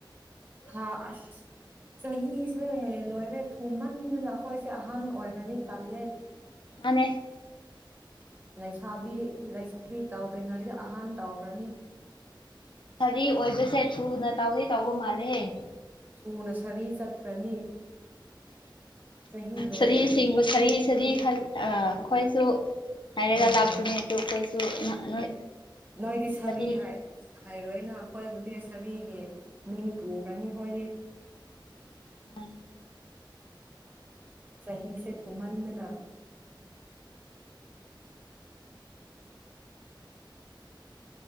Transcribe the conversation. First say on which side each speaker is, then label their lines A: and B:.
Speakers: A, on the right; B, on the left.
A: ꯊꯥ ꯑꯁ ꯆꯍꯤꯁꯦ ꯂꯣꯏꯔꯦ ꯊꯨꯝꯃꯟꯗꯅ ꯑꯈꯣꯏꯁꯦ ꯑꯍꯟ ꯑꯣꯏꯈ꯭ꯔꯅꯤ ꯇꯜꯂꯦ
B: ꯃꯥꯟꯅꯦ
A: ꯂꯩꯁꯥꯕꯤ ꯂꯩꯁꯥꯕꯤ ꯇꯧꯗ꯭ꯔꯤꯉꯩꯗ ꯑꯍꯥꯟ ꯇꯧꯈ꯭ꯔꯅꯤ
B: ꯐꯥꯗꯤ ꯑꯣꯏꯕꯁꯦ ꯊꯨꯅ ꯇꯧꯗꯤ ꯇꯧꯕ ꯃꯥꯜꯂꯦꯍꯦ
A: ꯎꯅꯁꯥꯔꯤ ꯆꯠꯈ꯭ꯔꯅꯤ ꯆꯍꯤ ꯂꯣꯏꯈ꯭ꯔꯅꯤ
B: ꯁꯔꯤ ꯁꯤꯡꯕꯨ
A: ꯇꯜꯂꯦ
B: ꯁꯔꯤ ꯁꯔꯤ
A: ꯅꯣꯏꯗꯤ
B: ꯈꯟ ꯑꯥ ꯑꯈꯣꯏꯁꯨ ꯍꯥꯏꯔꯒ
A: ꯎꯝ
B: ꯂꯥꯛꯄꯅꯦ ꯇꯨ ꯈꯣꯏꯁꯨ ꯅꯣꯏ
A: ꯅꯣꯏꯗꯤ ꯁꯥꯔꯤ
B: ꯀꯔꯤ
A: ꯍꯥꯏ ꯍꯥꯏꯔꯣꯏꯅ ꯑꯈꯣꯏꯕꯨꯅꯦ ꯁꯥꯔꯤꯒꯤ ꯃꯤꯡ ꯄꯨꯈ꯭ꯔꯅꯤ ꯈꯣꯏꯗꯤ
B: ꯎꯝ
A: ꯆꯍꯤꯁꯦ ꯊꯨꯃꯟꯗꯅ